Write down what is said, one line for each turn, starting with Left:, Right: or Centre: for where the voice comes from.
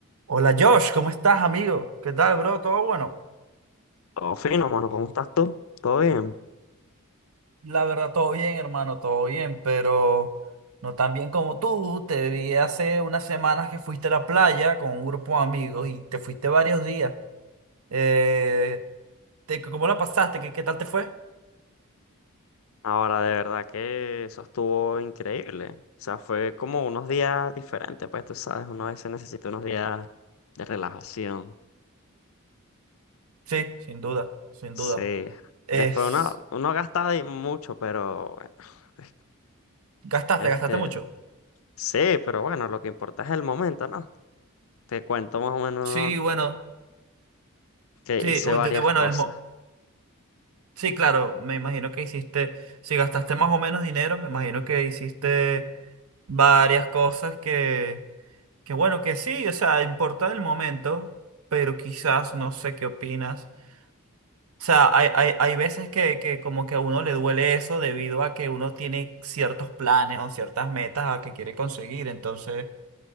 Right: Hola Josh, ¿cómo
Left: Yo,
Right: estás,
Left: ¿cómo
Right: amigo? ¿Qué tal, bro? ¿Todo bueno?
Left: Todo fino, mano, ¿cómo estás tú? ¿Todo bien?
Right: La verdad, todo bien, hermano, todo bien, pero no tan bien como tú. Te vi hace unas semanas que fuiste a la playa con un grupo de amigos y te fuiste varios días. Eh, te- ¿cómo la pasaste? ¿Qué, qué tal te fue?
Left: Ahora, de verdad que eso estuvo increíble. O sea, fue como unos días diferentes, pues tú sabes, uno a veces necesita unos días de relajación.
Right: Sí, sin duda, sin
Left: Sí.
Right: duda. Es,
Left: Después uno, uno gasta de mucho, pero bueno, es-
Right: gastaste,
Left: este,
Right: gastaste mucho.
Left: sí, pero bueno, lo que importa es el momento, ¿no? Te cuento más o menos
Right: Sí, bueno,
Left: que
Right: sí,
Left: hice
Right: u-
Left: varias
Right: de- bueno,
Left: cosas.
Right: el, mo- Sí, claro, me imagino que hiciste, si gastaste más o menos dinero, me imagino que hiciste varias cosas que, que bueno, que sí, o sea, importa el momento, pero quizás no sé qué opinas. O sea, hay, hay, hay veces que, que como que a uno le duele eso debido a que uno tiene ciertos planes o ciertas metas a que quiere conseguir. Entonces,